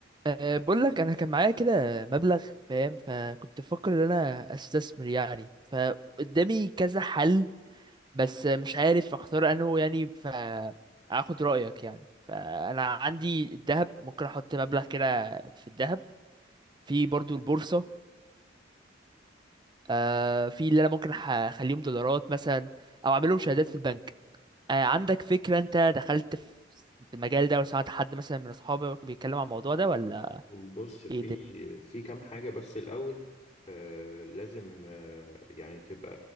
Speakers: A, on the right; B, on the left.
A: أه بقول لك انا كان معايا كده مبلغ فاهم فكنت بفكر ان انا استثمر يعني فقدامي كذا حل بس مش عارف اختار انه يعني فاخد رايك يعني فانا عندي الذهب ممكن احط مبلغ كده في الذهب في برضو البورصه أه في اللي انا ممكن ح- اخليهم دولارات مثلا او اعملهم شهادات في البنك أه عندك فكره انت دخلت في في المجال ده وسمعت حد مثلا من اصحابك بيتكلم عن الموضوع ده ولا
B: بص في
A: ايه ده
B: في كام حاجة بس الأول آه لازم آه يعني تبقى